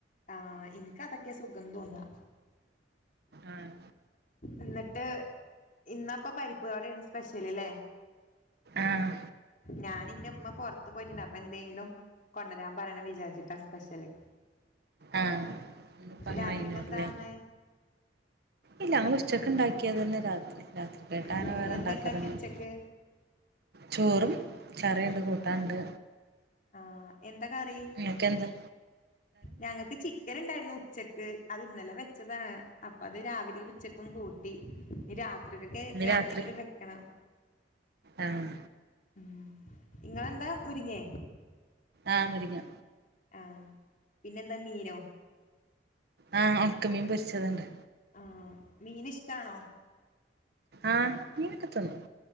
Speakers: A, on the left; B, on the right.
A: ആ എനിക്കതക്കെ സുഖം തോന്നാ
B: ആഹ്
A: എന്നിട്ട് ഇന്നപ്പ പരിപ്പുവടയാണ് സ്പെഷ്യല് ഇല്ലേ
B: ആഹ്
A: ഞാനിൻ്റെ ഉമ്മ പൊറത്തു പോയിട്ടുണ്ട് അപ്പന്തെങ്കിലും കൊണ്ടരാൻ പറയണ വിചാരിച്ചിട്ട സ്പെഷ്യല്
B: ആഹ് ഇപ്പ അങ്ങനെ
A: രാത്രിക്കെന്താന്ന്
B: കഴിഞ്ഞോല്ലേ ഇല്ല അ ഉച്ചക്ക് ഉണ്ടാക്കിയത് തന്നെ രാ രാത്രിത്തെട്ട അങ്ങനെ
A: ഏഹ്
B: വേറെണ്ടാക്കരുതൊന്നില്ല
A: എന്താ ഇണ്ടാക്കി ഉച്ചക്ക്
B: ചോറും കറിണ്ട് കൂട്ടാനുണ്ട്
A: ആ എന്താക്കറി
B: ഇയാക്കെന്താ
A: ഞങ്ങക്ക് ചി ചിക്കനിണ്ടായിരുന്നു ഉച്ചക്ക് അത് ഇന്നലെ വെച്ചതാണ് അപ്പ അത് രാവിലെയും ഉച്ചക്കും കൂട്ടി ഇനി രാ തൃകേക്ക്
B: ഇന്ന്
A: വേറെന്തെങ്കിലും
B: രാത്രി
A: വെക്കണം
B: ആഹ്
A: മ്മ് ഇങ്ങെളെന്താ മുരിങ്ങേ
B: ആ മുരിങ്ങ
A: ആ പിന്നെന്താ മീനോ
B: ആ ഒണക്ക മീൻ പൊരിച്ചതണ്ട്
A: ആ മീനിഷ്ടാണോ
B: ആ മീനൊക്കെ തിന്നു